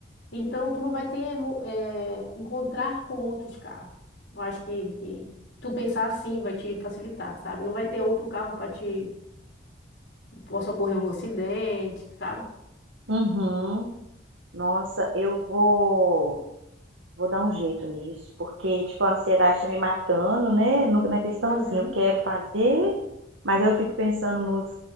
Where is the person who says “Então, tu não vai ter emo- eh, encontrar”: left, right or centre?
Left